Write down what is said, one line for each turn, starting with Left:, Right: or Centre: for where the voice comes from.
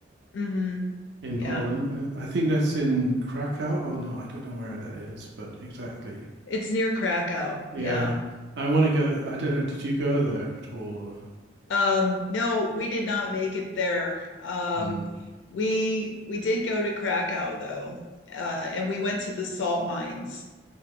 Left: hmm
Right: in
Left: Yeah.
Right: Poland. I think that's in Krakow. Oh no, I don't know where that is, but exactly.
Left: It's near Krakow.
Right: Yeah,
Left: Yeah.
Right: I want to go. I don't know. Did you go there at all? Or...
Left: Um, no, we did not make it there. Um,
Right: Mm.
Left: we we did go to Krakow though, uh, and we went to the salt mines,